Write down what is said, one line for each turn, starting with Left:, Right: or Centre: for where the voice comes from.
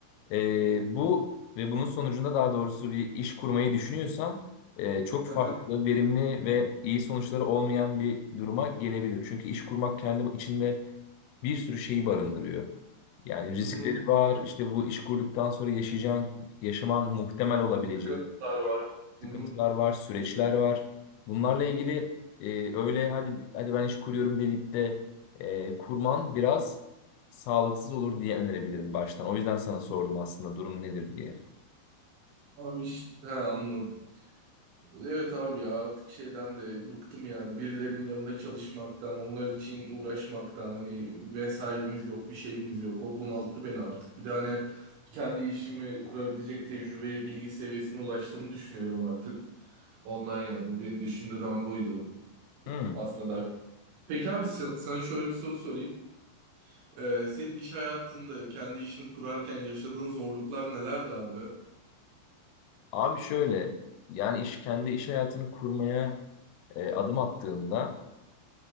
Left: e, bu ve bunun sonucunda daha doğrusu bir iş kurmayı düşünüyorsan e, çok farklı,
Right: Aha.
Left: verimli ve iyi sonuçları olmayan bir duruma gelebilir. Çünkü iş kurmak kendi içinde bir sürü şeyi barındırıyor. Yani riskleri
Right: Hı hı.
Left: var, işte bu iş kurduktan sonra yaşayacağın, yaşaman muhtemel olabilecek
Right: Sıkıntılar var.
Left: sıkıntılar
Right: Hı hı.
Left: var, süreçler var. Bunlarla ilgili e, öyle hadi hadi ben iş kuruyorum deyip de e, kurman biraz sağlıksız olur diye önerebilirim baştan. O yüzden sana sordum aslında durum nedir diye.
Right: Abi işte he, anladım. Evet abi ya artık şeyden de bıktım yani birilerinin yanında çalışmaktan onlar için uğraşmaktan hani vesaimiz yok bir şeyimiz yok o bunalttı beni artık bir de hani kendi işimi kurabilecek tecrübeye bilgi seviyesine ulaştığımı düşünüyorum artık ondan yani beni düşündüren buydu
Left: Hmm.
Right: aslında da peki abi s- sana şöyle bir soru sorayım Ee, senin iş hayatında kendi işini kurarken yaşadığın zorluklar nelerdi abi?
Left: Abi şöyle yani iş kendi iş hayatını kurmaya e, adım attığında